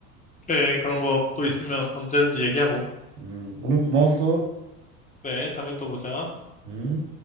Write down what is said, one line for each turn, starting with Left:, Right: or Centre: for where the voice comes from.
Left: 그래, 그런 것도 있으면 언제든지 얘기하고.
Right: 음 오늘 고마웠어.
Left: 그래, 다음에 또 보자.
Right: 음.